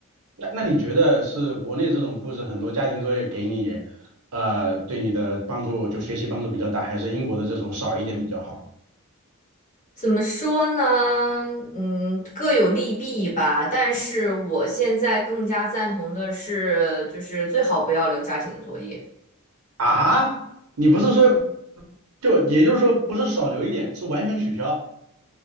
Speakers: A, on the right (about 75°); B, on the left (about 35°).
A: 那那你觉得是国内这种布置很多家庭作业给你，呃，对你的帮助就学习帮助比较大，还是英国的这种少一点比较好？
B: 怎么说呢？嗯，各有利弊吧。但是我现在更加赞同的是，就是最好不要留家庭作业。
A: 啊，你不是说就也就是说不是少留一点，是完全取消？